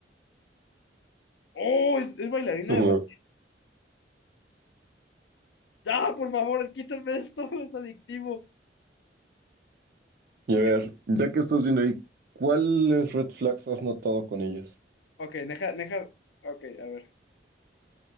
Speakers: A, on the left; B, on the right.
A: Oh, es, es bailarina
B: ujú.
A: de ba- ¡Ah, por favor, quítame esto! <laughs> Es adictivo.
B: Y a ver,
A: Es-
B: ya que estás viendo ahí, ¿cuáles red flags has notado con ellas?
A: ok, deja, deja. Ok, a ver.